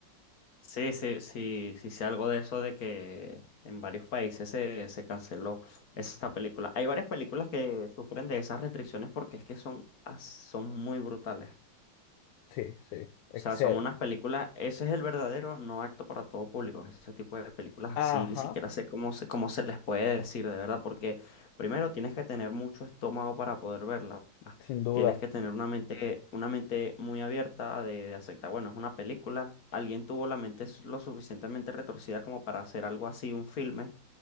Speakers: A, on the left; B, on the left.
A: Sí, sí, sí, sí sé algo de eso de que en varios países se, se canceló esa película. Hay varias películas que sufren de esas restricciones porque es que son, as- son muy brutales.
B: Sí, sí, excede.
A: O sea, son unas películas, ese es el verdadero no acto para todo público, ese tipo de películas así,
B: Ajá,
A: ni siquiera sé cómo se, cómo se les puede decir, de verdad, porque primero tienes que tener mucho estómago para poder verlas,
B: sin duda.
A: tienes que tener una mente, una mente muy abierta de, de aceptar, bueno, es una película, alguien tuvo la mente s- lo suficientemente retorcida como para hacer algo así, un filme,